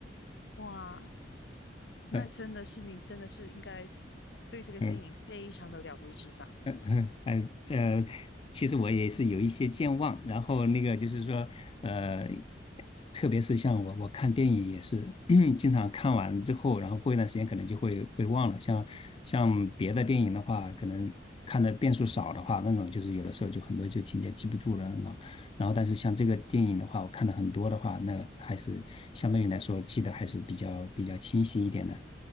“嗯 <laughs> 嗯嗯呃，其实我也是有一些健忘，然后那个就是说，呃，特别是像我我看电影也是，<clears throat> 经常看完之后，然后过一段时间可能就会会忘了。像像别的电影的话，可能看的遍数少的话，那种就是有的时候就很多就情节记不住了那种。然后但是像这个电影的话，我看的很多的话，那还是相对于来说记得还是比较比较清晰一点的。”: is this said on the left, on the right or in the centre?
Left